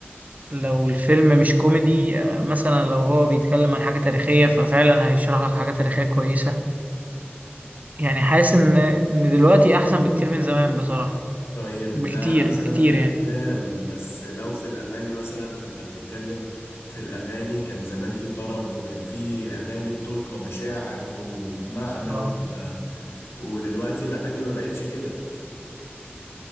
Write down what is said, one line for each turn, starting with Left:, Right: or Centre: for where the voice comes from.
Right: لو الفيلم مش كوميدي آه، مثلا لو هو بيتكلم عن حاجة تاريخية ففعلا هيشرح لك حاجة تاريخية كويسة يعني حاسس ان ان دلوقتي احسن بكتير من زمان بصراحة
Left: طيب
Right: بكتير
Left: ده مثلا
Right: بكتير
Left: في الافلام
Right: يعني
Left: بس لو في الاغاني مثلا فانت بتتكلم في الاغاني كان زمان في طرب وكان في اغاني بتلقى بشعر وبمعنى
Right: آه.
Left: وب... ودلوقتي الاغاني ما بقتش كده